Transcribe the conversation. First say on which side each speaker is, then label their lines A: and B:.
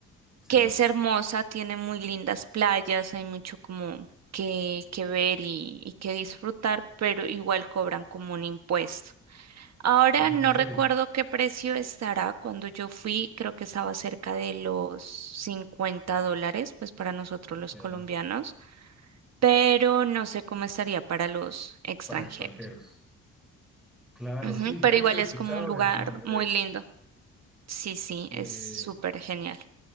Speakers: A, in the centre; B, on the right.
A: sí.
B: que es hermosa, tiene muy lindas playas, hay mucho como que, que ver y, y que disfrutar, pero igual cobran como un impuesto. Ahora
A: Ah,
B: no
A: en serio.
B: recuerdo qué precio estará. Cuando yo fui, creo que estaba cerca de los 50 dólares, pues para nosotros los
A: Ya.
B: colombianos, pero no sé cómo estaría para los extranjeros.
A: Para extranjeros. Claro,
B: Ujú,
A: sí. De
B: pero
A: hecho,
B: igual
A: he escuchado
B: es como un lugar
A: de San Andrés
B: muy lindo. Sí, sí,
A: que,
B: es súper genial.